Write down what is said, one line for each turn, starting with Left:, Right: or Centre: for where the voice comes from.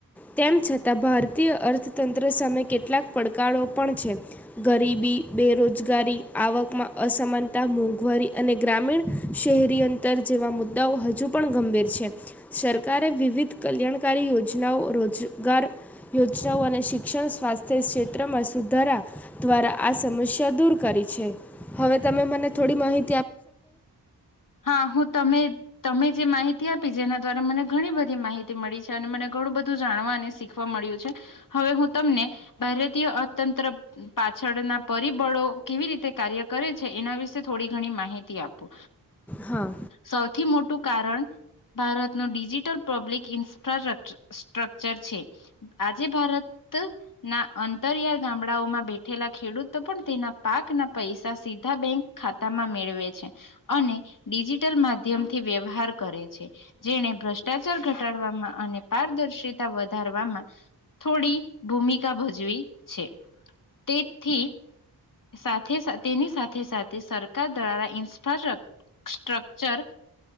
Centre: તેમ છતાં ભારતીય અર્થતંત્ર સામે કેટલાક પડકારો પણ છે. ગરીબી બેરોજગારી, આવકમાં અસમાનતા, મોંઘવારી અને ગ્રામીણ શહેરી અંતર જેવા મુદ્દાઓ હજ પણ ગંભીર છે. સર કારે વિવિધ કલ્યાણકારી યોજનાઓ, રોજગાર યોજનાઓ અને શિક્ષણ સ્વાસ્થ્ય ક્ષેત્ર ત્રમાં સુધારા દ્વારા આસ ખુશીયા દૂર કરી. <unintelligible> હવે તમે મને થોડી માહી
Left: હા હું તમે તમે જે માહિ તી આપી જેના દ્વારા મને ઘણી બધી માહિતી મળી છે. અને મને ઘણું બધું જાણવા અને શીખવા મળ્યું છે. હવે હું તમને ભારતીય અર્થતંત્ર પાછળના પરિબળો કેવી રીતે કાર્ય કરે છે એના વિશે થોડી ઘણી માહિતી તી આપું.
Centre: હા
Left: સૌથી મોટું કારણ ભારતનું ડિજિટલ પબ્લિક ઇન્ફ્ર સ્ટ્રકચર છે આજે ભારત ના અંતરિયાળ ગામડાઓમાં બેઠેલા ખેડૂતો પણ તેના પાકના પૈસા સીધા બેંક ખાતામાં મેળવે છે. છે. અને ડિજિટલ માધ્યમથી વ્યવહાર કરે છે. જેણે ભ્રષ્ટાચાર ઘટાડવામાં અને પારદર્શિતા વધારવામાં થોડી ભૂમિકા ભજવી છે. તેથી સાથે સા તેની સાથે સાથે સરકાર દ્વારા ઇન ફ સ્ટ્રકચર